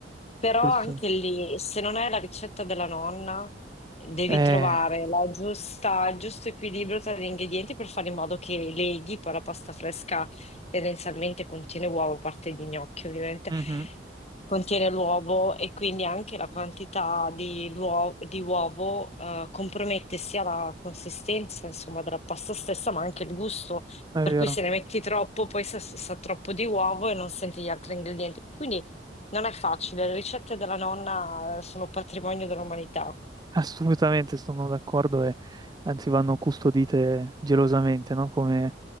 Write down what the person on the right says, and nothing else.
questo.
Eh,
mhm,
è
vero.
Assolutamente sono d'accordo e anzi vanno custodite gelosamente, no? Come,